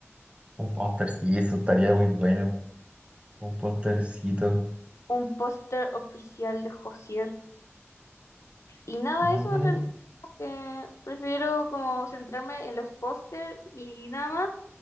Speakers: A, on the right (about 25°); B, on the left (about 80°).
A: un póster, sí, eso estaría muy bueno. Un póstercito.
B: un póster oficial de Josier. Y nada,
A: Ujú,
B: de eso en realidad que prefiero como centrarme en los póster y nada más.